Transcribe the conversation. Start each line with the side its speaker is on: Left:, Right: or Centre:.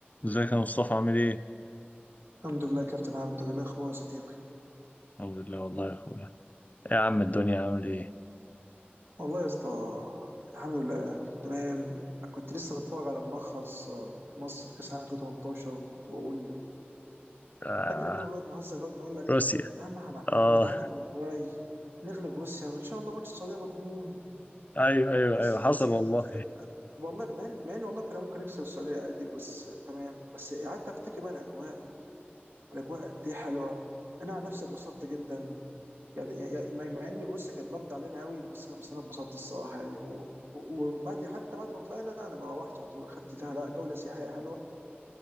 Left: ازيك يا مصطفى عامل ايه؟
Right: الحمد لله كابتن عبدو ايه الاخبار يا صديقي
Left: الحمد لله والله يا اخويا إيه يا عم الدنيا عامل ايه؟
Right: والله يا اسطى الحمد لله تمام كنت لسه بتفرج على ملخص آه، مصر في كاس العالم 2018 وكنت بقول
Left: آه
Right: فاكر كنا بنقعد نهزر نقعد نقول لك
Left: روسيا
Right: يا عم هنع-
Left: اه
Right: نتعادل من الاوروغواي نغلب روسيا وان شاء الله ماتش السعوديه مضمون
Left: ايوه ايوه
Right: بس
Left: ايوه حصل
Right: للاسف
Left: والله
Right: اتغفلنا والله مع إن- مع ان والله كنا ممكن نكسب السعوديه عادي بس تمام بس قعدت افتكر بقى الاجواء والاجواء دي حلوه انا عن نفسي اتبسطت جدا يعني يعني مع مع اني بص كانت بارده علينا قوي بس انا بس انا اتبسطت الصراحه يعني و- و- وبعد حتى بعد ما طلعنا انا ما روحتش على طول خدت لها لا جوله سياحيه حلوه